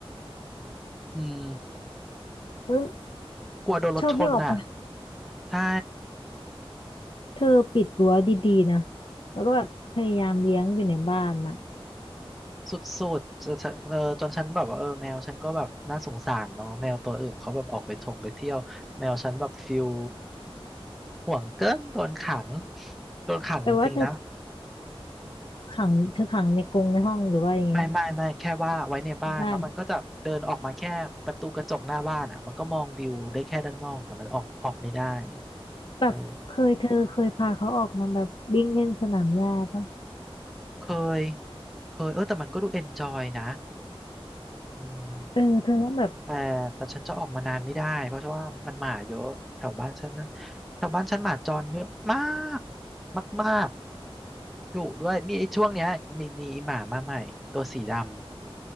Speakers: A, in the centre; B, on the left.
A: อืม
B: เออ
A: กลัวโดนรถชนอ่ะ
B: ชอบวิ่งออกไป
A: ใช่
B: เธอปิดรั้วดีๆนะแล้วก็แบบพยายามเลี้ยงอยู่ในบ้านนะ
A: สุดๆจะจะเออจนฉันแบบว่าเออแมวฉันก็แบบน่าสงสารเนาะแมวตัวอื่นเขาแบบออกไปทงไปเที่ยวแมวฉันแบบฟิลห่วงเกินโดนขังโดนขังจริงๆนะ
B: แต่ว่าเธอขังเธอขังในกรงในห้องหรือว่ายังไง
A: ไม่ไม่ไม่แค่ว่าไว้ในบ้านแล้วมันก็จะเดินออกมาแค่ประตูกระจกหน้าบ้านอ่ะมันก็มองวิวได้แค่ด้านนอกแต่มันออกออกไม่ได้
B: บ้านแบบเคยเธอเคยพาเขาออกมาแบบวิ่งเล่นสนามหญ้าปะ
A: เออเคยเคยเออแต่มันก็ดูเอนจอยนะอืม
B: เออเธอต้องแบบ
A: แต่แต่ฉันจะออกมานานไม่ได้เพราะว่ามันหมาเยอะแถวบ้านฉันนะแถวบ้านฉันหมาจรเยอะมากมากๆดุด้วยนี่ไอ้ช่วงเนี้ยมีมีหมามาใหม่ตัวสีดำ